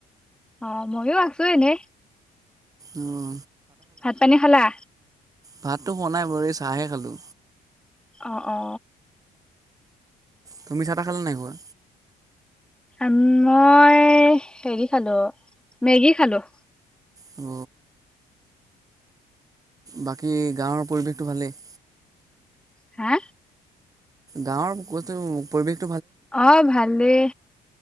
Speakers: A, in the centre; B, on the right.
A: অ' ময়ো আছো এনে।
B: অহ।
A: ভাত পানী খালা।
B: ভাতটো খোৱা নাই বাৰু এই চাহে খালো।
A: অ অ।
B: তুমি চাহ তাহ খালা নাই খোৱা?
A: আ মই হেৰি খালো মেগী খালো।
B: অ। বাকী গাঁৱৰ পৰিৱেশটো ভালেই?
A: হা?
B: গাঁৱৰ কুটো পৰিৱেশ
A: অ ভালেই।